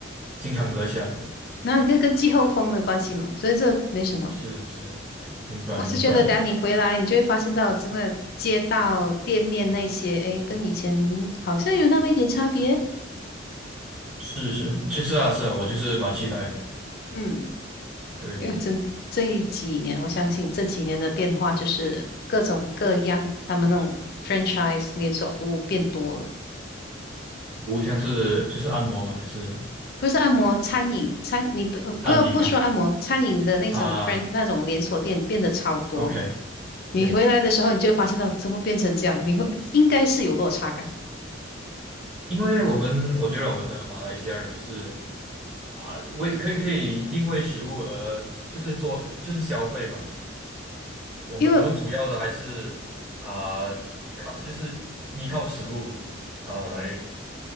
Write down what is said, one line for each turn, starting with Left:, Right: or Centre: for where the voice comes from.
Right: 经常都在下雨。
Left: 那这跟季候风的关系嘛，所以这没什么。
Right: 是是是，明白明白。
Left: 我是觉得，等下你回来，你就会发现到真的街道、店面那些，哎，跟以前好像有那么一点差别。
Right: 是是，其实啊是啊，我就是蛮期待的。
Left: 嗯，
Right: 对，
Left: 因为真这一几年，我相信这几年的变化就是各种各样，他们那种 franchise 连锁服务变多了。
Right: 无像是就是按摩吗？还是
Left: 不是按摩，餐饮餐你不呃不不说按摩，
Right: 餐饮啊？
Left: 餐饮的那种
Right: 啊
Left: friend 那种连锁店变得超多。
Right: ，OK OK，
Left: 你回来的时候，你就会发现到怎么变成这样，你会应该是有落差感的
Right: 因为我们我觉得我们的马来西亚人就是啊，为可以可以因为食物而就是做就是消费嘛。我们我们主要的还是啊、
Left: 因为
Right: 靠就是依靠食物啊、来